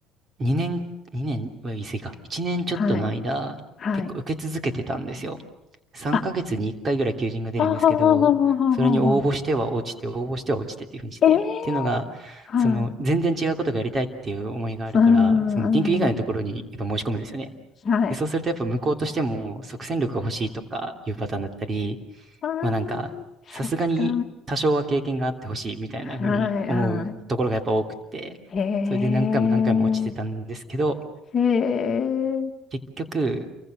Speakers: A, on the right; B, on the left.
A: 2年、2年は言い過ぎか、1年ちょっとの間、
B: はい、はい。
A: 結構受け続けてたんですよ。3ヶ月に1回ぐらい求人が出るんですけど、
B: あ、あはあはあはあはあはあはあ。
A: それに応募しては落ちて、応募しては落ちてっていうふうにしてて、
B: ええ！
A: っていうのが、
B: はい。
A: その全然違うことがやりたいっていう思いがあるから、
B: うんうんうん。
A: その研究以外のところにやっぱ申し込むんですよね。
B: はい。
A: でそうするとやっぱ向こうとしても即戦力が欲しいとかいうパターンだったり、
B: ああ、
A: まあなんか、さすがに多少は経験があってほしいみたいなふうに思うところがやっぱ多くて、
B: そっか。はいはい。へえ。
A: それで何回も何回も落ちてたんですけど、
B: へえ。
A: 結局、